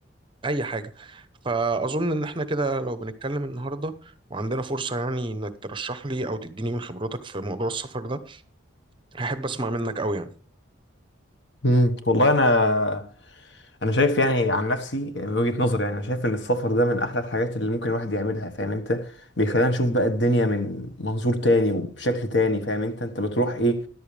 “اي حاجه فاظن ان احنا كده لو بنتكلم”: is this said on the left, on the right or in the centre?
Right